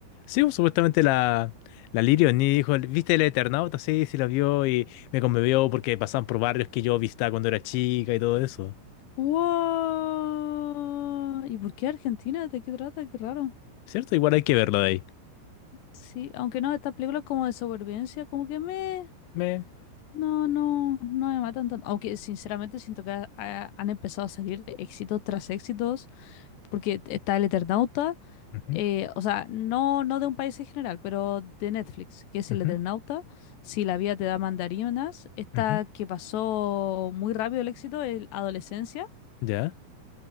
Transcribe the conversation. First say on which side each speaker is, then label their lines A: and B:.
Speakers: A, on the left; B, on the left.
A: Sí, pues, supuestamente la, la Lirio ni dijo, ¿viste el Eternauta? Sí, sí la vio y me conmovió porque pasaban por barrios que yo visitaba cuando era chica y todo eso.
B: Guau. ¿Y por qué Argentina? ¿De qué trata? Qué raro.
A: ¿Cierto? Igual hay que verlo de ahí.
B: Sí, aunque no, esta película es como de supervivencia, como que me.
A: Me...
B: No, no, no me matan tanto. Aunque sinceramente siento que ha- ha- han empezado a salir éxitos tras éxitos, porque está el Eternauta,
A: Ujú,
B: eh, o sea, no, no de un país en general, pero de Netflix, que es
A: ujú,
B: el Eternauta, Si la vida te da mandarinas, esta
A: ujú.
B: que pasó muy rápido el éxito, el Adolescencia,
A: ¿Ya?